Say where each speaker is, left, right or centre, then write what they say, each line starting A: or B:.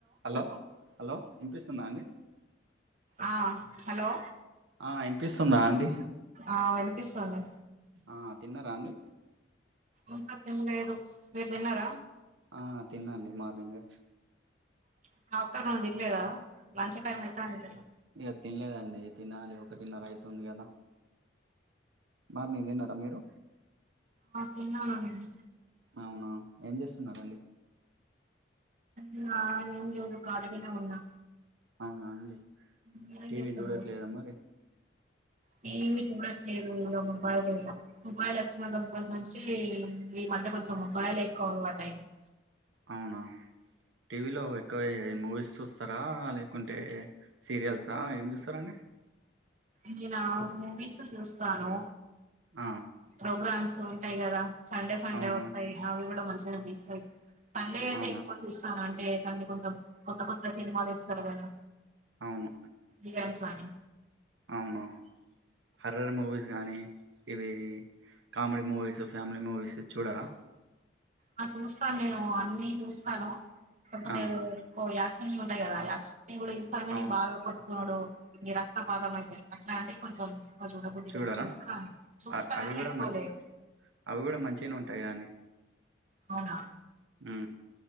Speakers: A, on the right (about 80°); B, on the right (about 40°).
A: Hello hello వినిపిస్తుంద అండి
B: ఆ హలో
A: ఆ ఇనిపిస్తుందా అండి
B: ఆ వినిపిస్తోంది
A: ఆ తిన్నారా అండి
B: ఇంక తినలేదు మీరు తిన్నార
A: ఆ తినండి మార్నింగే
B: <unintelligible> మంచి టైమైతాందిలేదో
A: ఇంగ తినలేదండి తినాలి ఒకటిన్నర అయితుంది కదా మార్నింగ్ తిన్నారా మీరు
B: ఆ తిన్నానండి
A: అవునా ఏం చేస్తున్నరండి
B: ఇగా మీరు మేము ఖాళీగానే ఉన్నా
A: అవునా అండి
B: మీరేం
A: టీవీ
B: చేస్తున్నారు
A: చూడట్లేదా మరి
B: టీవీ చూడట్లేదు ఆ మొబైల్ లేగా మొబైల్ వచ్చిన దగ్గర నుంచి ఈ మధ్య కొంచెం మొబైల్ ఎక్కువ అలవాటు అయింది
A: అవునా టీవీలో ఎక్కువే మూవీస్ చూస్త వస్తారా లేకుంటే సీరియల్సా ఏం చూస్తారాండి
B: నీనా మూవీస్ చూస్తాను
A: ఆ
B: ప్రోగ్రామ్స్ ఉంటాయి కదా సండే సండే
A: అవునవును
B: వస్తాయి అవి కూడా మంచిగా కనిపిస్తాయి సండే అయితే
A: అవునా
B: ఎక్కువ చూస్తాను అంటే సండే కొంచెం కొత్త కొత్త సినిమాలు ఇస్తారు కదా
A: అవును
B: ఇగా అనుసని
A: అవును హర్రర్ మూవీ కానీ ఇవి కామెడీ మూవీస్ ఫ్యామిలీ మూవీస్ చూడరా
B: ఆ చూస్తాను నేను అన్ని చూస్తాను లేకపోతే
A: ఆ
B: ఓ యాక్షణ ఉంటయి కాద యాక్షణ కూడా చూస్తాను కానీ
A: అవును
B: బాగా కొటు వాడు ఈ రక్తపాతం అయిత అట్లా అంటే కొంచెం అది చూడ బుద్ధదిగా
A: చూడరా
B: చూస్తా చూస్తాను
A: అ అవి
B: కని
A: కూడా
B: ఎక్కువలేదు
A: మ అవి కూడా మంచిగానే ఉంటాయి కానీ
B: అవునా
A: ఉ